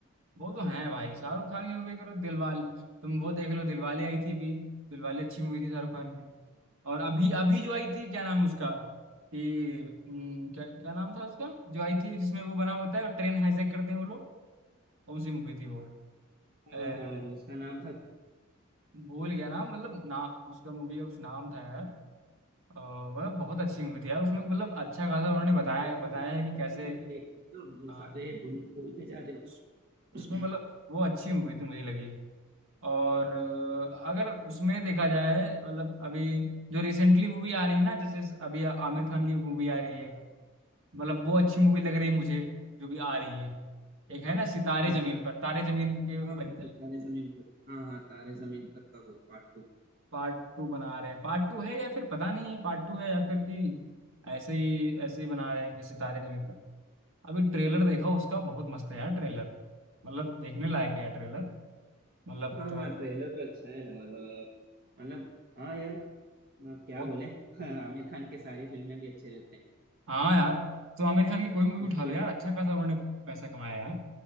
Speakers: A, on the right; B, on the right.
A: वो तो है भाई शाहरुख खान की मूवी करो दिलवाले तुम वो देख लो दिलवाले आई थी भी दिलवाले अच्छी मूवी थी शाहरुख खान की और अभी अभी जो आई थी क्या नाम उसका कि हम्म, क्या क्या नाम था उसका जो आई थी जिसमें वो बना होता है और ट्रेन हाईजैक करते हैं वो लोग कौन सी मूवी थी वो
B: हाँ
A: अ,
B: हाँ उसका नाम था
A: भूल गया नाम मतलब नाम उसका मूवी का कुछ नाम था यार अ, मतलब बहुत अच्छी मूवी थी यार उसमें मतलब अच्छा खासा उन्होंने
B: भाई तुम
A: बताया बताया
B: कित-
A: है कि
B: कितनी
A: कैसे
B: फिल्में देख सकते हो जो
A: अ,
B: सारे भूल भूलते जा रहे हो
A: उस, उसमें
B: <clears throat>
A: मतलब वो अच्छी मूवी थी मुझे लगी और अ, अगर उसमें देखा जाए मतलब अभी जो रिसेंटली मूवी आ रही है ना जैसे अभी आमिर खान की मूवी आ रही है मतलब वो अच्छी मूवी लग रही है मुझे जो भी आ रही है एक है ना सितारे
B: अच्छा
A: जमीन पर तारे जमीन के
B: हाँ
A: बने
B: ऐसे तारे जमीन पर हाँ हाँ तारे जमीन पर का वो पार्ट टू
A: पार्ट टू बना रहे हैं पार्ट टू है या फिर पता नहीं पार्ट टू है या फिर कि ऐसे ही ऐसे ही बना रहे हैं कि सितारे जमीन पर अभी ट्रेलर देखा उसका बहुत मस्त है यार ट्रेलर मतलब देखने लायक है यार ट्रेलर मतलब
B: हाँ
A: तो
B: हाँ ट्रेलर भी अच्छा है और अ, मतलब हाँ यार अब क्या
A: बहुत
B: बोले <laughs> आमिर खान के सारी फिल्में भी अच्छे रहते हैं
A: हाँ यार तो आमिर खान की कोई मूवी
B: उसकी
A: उठा लो यार अच्छा खासा उन्होंने पैसा कमाया यार